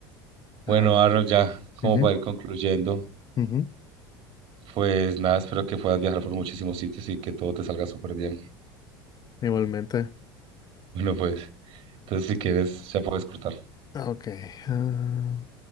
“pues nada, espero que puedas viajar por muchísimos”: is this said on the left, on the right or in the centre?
Right